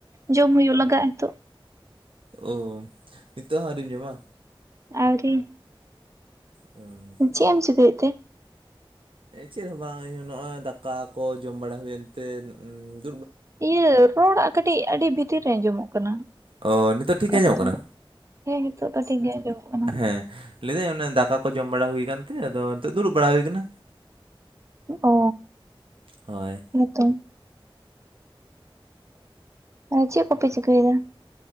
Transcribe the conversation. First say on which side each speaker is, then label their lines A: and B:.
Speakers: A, on the right (about 35°); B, on the right (about 70°).
A: ᱡᱚᱢ ᱦᱩᱭᱩᱜ ᱞᱟᱜᱟ-ᱟᱜ ᱱᱤᱛᱚᱜ᱾
B: ᱳ ᱱᱤᱛᱚᱜ ᱦᱚᱸ ᱟᱹᱣᱨᱤᱢ ᱡᱚᱢᱟ?
A: ᱟᱹᱶᱨᱤ
B: ᱦᱩᱸ
A: ᱪᱮᱫ ᱮᱢ ᱪᱮᱫᱟᱹᱭ ᱮᱫ ᱛᱮ?
B: ᱪᱮᱫ ᱦᱚᱸ ᱵᱟᱝ ᱤᱧ ᱱᱚᱜᱼᱚᱭ ᱫᱟᱠᱟ ᱠᱚ ᱡᱚᱢ ᱵᱟᱲᱟ ᱦᱩᱭᱮᱱᱛᱮ ᱩ
A: ᱤᱭᱟᱹ ᱨᱚᱲᱟᱜ ᱠᱟᱹᱴᱤᱡ ᱟᱹᱰᱤ ᱵᱷᱤᱛᱤᱨ ᱨᱮ ᱟᱸᱡᱚᱢᱚᱜᱼᱟ? ᱠᱟᱱᱟ
B: ᱚ ᱱᱤᱛᱚᱜ
A: ᱚᱱᱠᱟ
B: ᱴᱷᱤᱠ ᱜᱮ ᱟᱸᱡᱚᱢᱚᱜ
A: ᱠᱟᱛᱷᱟ
B: ᱠᱟᱱᱟ?
A: ᱦᱮᱸ ᱱᱤᱛᱳ ᱫᱚ ᱴᱷᱤᱠ ᱜᱮ ᱟᱡᱚᱢᱚᱜ ᱠᱟᱱᱟ᱾
B: ᱦᱮᱸ ᱞᱟᱹᱭᱮᱫᱟᱹᱧ ᱚᱱᱮ ᱫᱟᱠᱟ ᱠᱚ ᱡᱚᱢ ᱵᱟᱲᱟ ᱦᱩᱭᱠᱟᱱᱛᱮ ᱟᱫᱚ ᱱᱤᱛᱚᱜ ᱫᱩᱲᱩᱵ ᱵᱟᱲᱟ ᱦᱩᱭᱠᱟᱱᱟ᱾
A: ᱚ
B: ᱦᱳᱭ᱾
A: ᱦᱮᱸ ᱛᱚ ᱦᱮᱸᱪᱮᱫ ᱠᱚᱯᱮ ᱪᱤᱠᱟᱹᱭᱫᱟ?